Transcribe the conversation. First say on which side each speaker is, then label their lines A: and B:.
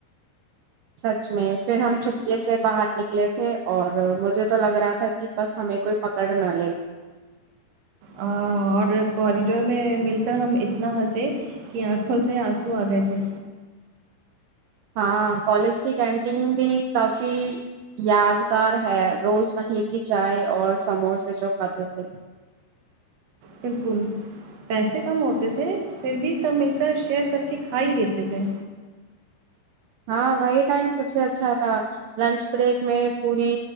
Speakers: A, on the right; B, on the right.
A: سچ میں فر ہم چپکے سے باہر نکلے تھے اور مجھے تو لگ رہا تھا کہ بس ہمیں کوئی پکڑ نہ لے
B: ا اور کوریڈور میں مل کر ہم اتنا ہنسے کہ آنکھوں سے آنسو آگے تھے
A: ہاں کالج کی کینٹین بھی کافی یادگار ہے روز وہیں کی چائے اور سموسے جو کھاتے تھے
B: بلکل پیسے کم ہوتے تھے پھر بھی سب مل کر شیئر کر کے کھا ہی لیتے تھے
A: ہاں وہی ٹائم سب سے اچھا تھا لنچ بریک میں پوری